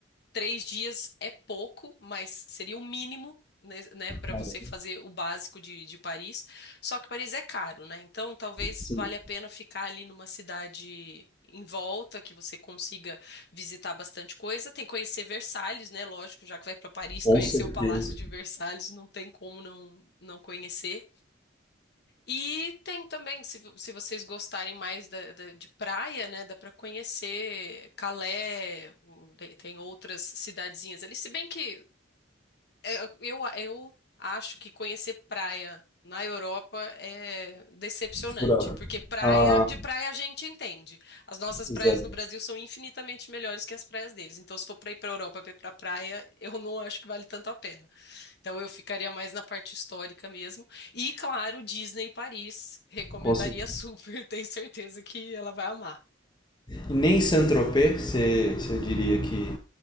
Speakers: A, on the left; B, on the left.
A: Três dias é pouco, mas seria o mínimo, né, né, para
B: Cara,
A: você fazer o básico de, de Paris. Só que Paris é caro, né? Então talvez
B: sim,
A: valha a pena ficar ali numa cidade em volta, que você consiga visitar bastante coisa. Tem que conhecer Versalhes, né? Lógico, já que vai para Paris,
B: com
A: conhecer
B: certeza.
A: o Palácio de Versalhes, não tem como não, não conhecer. E tem também, se, vo- se vocês gostarem mais da, da- de praia, né, dá para conhecer Calais, o- tem, tem outras cidadezinhas ali. Se bem que é, eu, eu acho que conhecer praia na Europa é decepcionante,
B: Furado.
A: porque praia,
B: Ah,
A: de praia a gente entende. As nossas
B: pois
A: praias
B: é,
A: no Brasil são infinitamente melhores que as praias deles. Então, se for para ir para Europa para ir para praia, eu não acho que vale tanto a pena. Então eu ficaria mais na parte histórica mesmo. E claro, Disney Paris, recomendaria
B: com certeza.
A: super, <laughs> tenho certeza que ela vai amar.
B: E nem Saint-Tropez, você você diria que